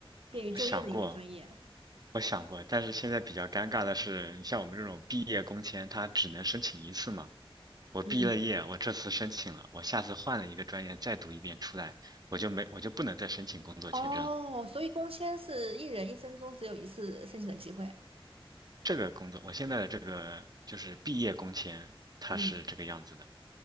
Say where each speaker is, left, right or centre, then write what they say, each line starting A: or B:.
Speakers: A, on the right; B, on the right.
A: 便于就业的移民专业。
B: 我想过，我想过，但是现在比较尴尬的是，你像我们这种毕业工签，它只能申请一次嘛。我毕了业，
A: 嗯，
B: 我这次申请了，我下次换了一个专业再读一遍出来，我就没，我就不能再申请工作签证了。
A: 哦，所以工签是一人一生中只有一次申请的机会。
B: 这个工作，我现在的这个就是毕业工签，它是这个样子的。
A: 嗯。